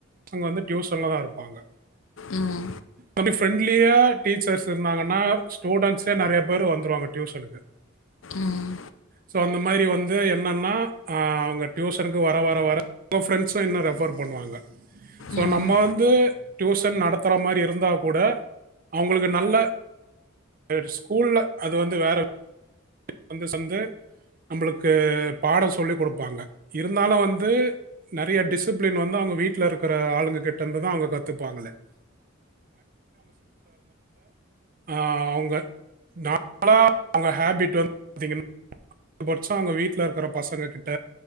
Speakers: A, on the right; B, on the left.
A: <inaudible> வந்து டியூஷன்ல தா இருப்பாங்க
B: ம்
A: நம்பி ஃப்ரெண்ட்லியா டீச்சர்ஸ் இருந்தாங்கன்னா ஸ்டூடெண்ட்ஸே நெறைய பேரு வந்துருவாங்க டியூஷனுக்கு
B: ம்
A: சோ அந்த மாரி வந்து என்னன்னா ஆ அவுங்க டியூஷனுக்கு வர வர வர ஃபிரெண்ட்ஸு இன்னு ரெஃபர் பண்ணுவாங்க சோ
B: ம்
A: நம்ம வந்து டியூசன் நடத் துற மாரி இருந்தா கூட அவுங்களுக்கு நல்ல ஒரு ஸ்கூல்ல அது வந்து வேற <inaudible> அந்த சந்து நம்பளுக்கு பாடொ சொல்லி குடுப்பாங்க இருந்தாலு வந்து நறைய டிசிப்ளின் வந்து அவுங்க வீட்ல இருக்குற ஆளுங்க கிட்டருந்து தா அவுங்க கத்துப்பாங்களே <inaudible> ஆ அவுங்க நார்மலா அவுங்க ஹேபிட் வந்து பாத்தீங்கன்னா அதிகபட்சொ அவுங்க வீட்ல இருக்குற பசங்க கிட்ட